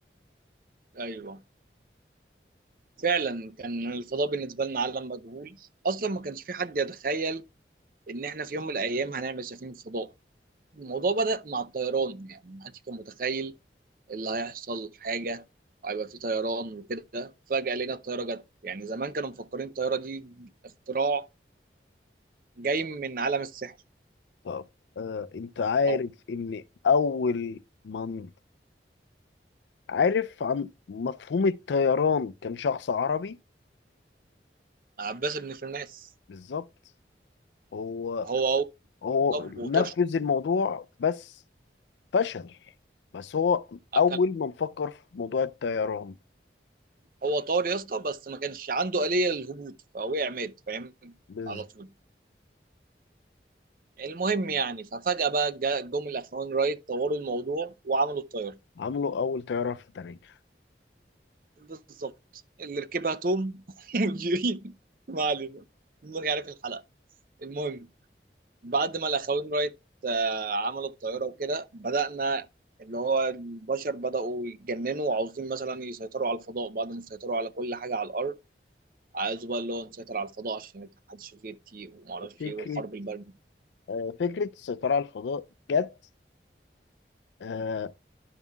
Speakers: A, on the right; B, on the left.
A: ايوه فعلا كان الفضاء بالنسبة لنا عالم مجهول أصلا ما كانش في حد يتخيل إن إحنا في يوم من الأيام هنعمل سفينة فضاء الموضوع بدأ مع الطيران يعني ما حدش كان متخيل اللي هيحصل حاجة هيبقى في طيران وكده فجأة لقينا الطيارة جت يعني زمان كانوا مفكرين الطيارة دي اختراع جاي من عالم السحر
B: طب آه انت عارف
A: أو
B: ان اول من عارف عن مفهوم الطيران كان شخص عربي
A: عباس بن فرناس
B: بالظبط هو
A: هو هو
B: هو
A: طب
B: نفذ
A: وطرش
B: الموضوع بس فشل بس هو اول
A: كان
B: من فكر في موضوع الطيران
A: هو طار يا اسطى بس ما كانش عنده آلية للهبوط فوقع مات فاهم
B: بالظبط
A: على طول المهم يعني ففجأة بقى جا- جم الأخوان رايت طوروا الموضوع وعملوا الطيارة
B: عملوا اول طياره في التاريخ
A: بالظبط اللي ركبها توم <laughs> وجيري ما علينا ما يعرف الحلقة المهم بعد ما الأخوان رايت آه، عملوا الطيارة وكده بدأنا اللي هو البشر بدأوا يتجننوا وعاوزين مثلا يسيطروا على الفضاء بعد ما سيطروا على كل حاجة على الأرض عايزوا بقى اللي هو نسيطر على الفضاء عشان الاتحاد السوفيتي وما اعرفش
B: فكرة
A: ايه والحرب الباردة
B: آه، فكرة السيطرة على الفضاء جت آه،